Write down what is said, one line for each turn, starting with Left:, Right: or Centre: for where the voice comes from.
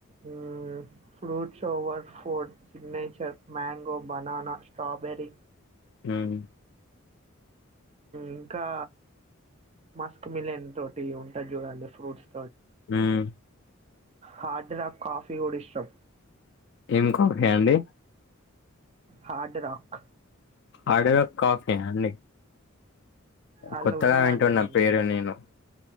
Right: మ్మ్ fruit shower food signature mango banana strawberry
Left: హ్మ్
Right: ఇంకా మస్క్ మిలన్ తోటి ఉంటాది చూడండి ఫ్రూట్స్
Left: ఉమ్
Right: హార్ కాఫీ కూడా ఇష్టం
Left: ఏం కాఫీ అండి
Right: హార్డ్ రాక్
Left: అడు కాఫీయా అండి
Right: అలా
Left: కొత్తగా
Right: ఉన్నారా
Left: వింటున్న
Right: అండి నిను
Left: పేరు నేను